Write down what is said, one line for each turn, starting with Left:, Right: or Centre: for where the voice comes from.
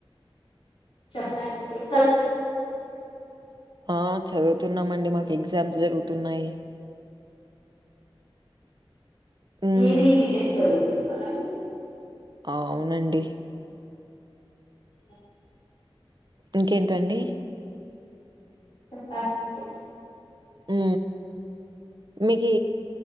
Left: చప్పాల అండి
Right: ఆ చదువుతున్నామండి మాకు ఎగ్జామ్స్ జరుగుతున్నాయి హ్మ్.
Left: ఏది బిటెక్ చదుతున్నారా
Right: ఆ అవునండి
Left: అ <unintelligible>
Right: ఇంకేంటండీ
Left: చెప్పాలండి
Right: ఊ మికీ